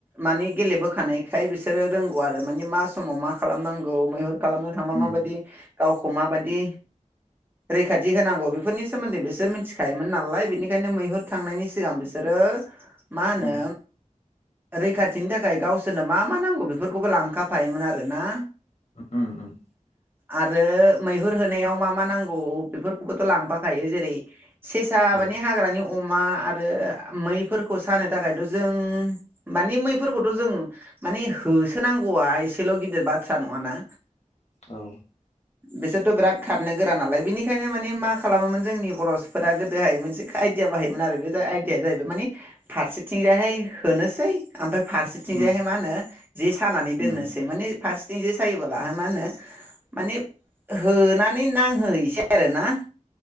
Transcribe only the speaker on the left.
उम
उम
उम उम।
औ
औ।
उम
उम